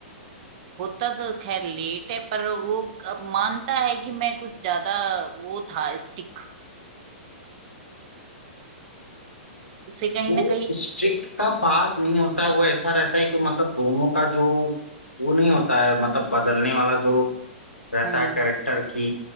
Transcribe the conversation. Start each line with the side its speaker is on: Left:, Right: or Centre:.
Right: होता तो खैर लेट है पर वो अब मानता है कि मैं कुछ ज्यादा वो था स्टिक उसे कहीं
Left: वो
Right: ना कहीं
Left: स्ट्रिक्ट का बात नहीं होता है वो ऐसा रहता है कि मतलब दोनों का जो वो नहीं होता है मतलब बदलने वाला जो रहता
Right: हम्म
Left: है कैरेक्टर की